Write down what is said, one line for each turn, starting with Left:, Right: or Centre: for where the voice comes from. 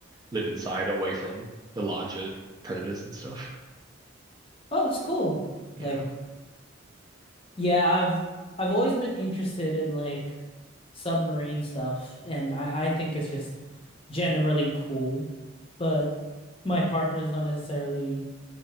Right: live inside away from the larger predators and stuff.
Left: Oh, that's cool.
Right: Yeah.
Left: Like Yeah, I've I've always been interested in like submarine stuff, and I I think it's just generally cool, but my partner is not necessarily